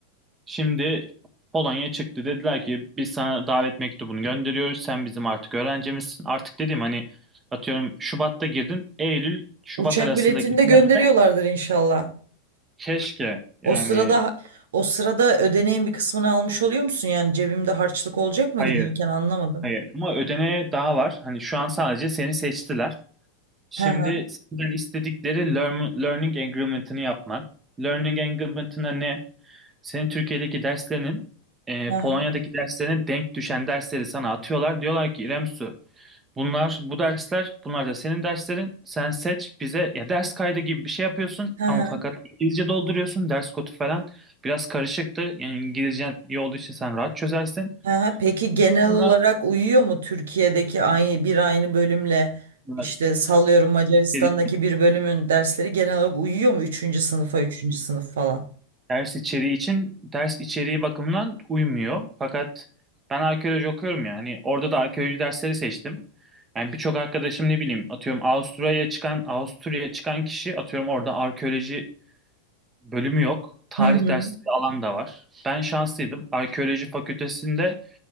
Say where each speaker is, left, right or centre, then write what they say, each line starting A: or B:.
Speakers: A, on the right (about 15°); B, on the right (about 60°).
A: Şimdi Polonya çıktı dediler ki biz sana davet mektubunu gönderiyoruz. Sen bizim artık öğrencimizsin. Artık dediğim hani atıyorum Şubat'ta girdin. Eylül Şubat
B: Uçak
A: arasındaki
B: biletini de gönderiyorlardır
A: dönemde
B: inşallah.
A: keşke yani
B: O sırada o sırada ödeneğin bir kısmını almış oluyor musun? Yani cebimde harçlık olacak mı
A: hayır
B: giderken anlamadım.
A: hayır ama ödeneğe daha var. Hani şu an sadece seni seçtiler. Şimdi
B: Hı
A: senden istedikleri learn- learning agreement'ını yapman. Learning agreement'ına ne? Senin Türkiye'deki derslerinin e,
B: hı.
A: Polonya'daki derslerine denk düşen dersleri sana atıyorlar. Diyorlar ki İrem Su, bunlar bu dersler, bunlar da senin derslerin. Sen seç bize ya ders kaydı gibi bir şey yapıyorsun
B: Hı hı.
A: ama fakat İngilizce dolduruyorsun ders kodu falan. Biraz karışıktı. Yani İngilizcen iyi olduğu için sen rahat çözersin.
B: Ha, peki genel
A: Sonra
B: olarak uyuyor mu Türkiye'deki aynı bir aynı bölümle
A: e,
B: işte sallıyorum Macaristan'daki
A: ders
B: bir bölümün dersleri genel olarak uyuyor mu üçüncü sınıfa üçüncü sınıf falan?
A: Ders içeriği için ders içeriği bakımından uymuyor. Fakat ben arkeoloji okuyorum yani. Orada da arkeoloji dersleri seçtim. Yani birçok arkadaşım ne bileyim atıyorum Avusturya'ya çıkan Avusturya'ya çıkan kişi atıyorum orada arkeoloji bölümü yok. Tarih
B: Hı hı.
A: dersleri alan da var. Ben şanslıydım. Arkeoloji fakültesinde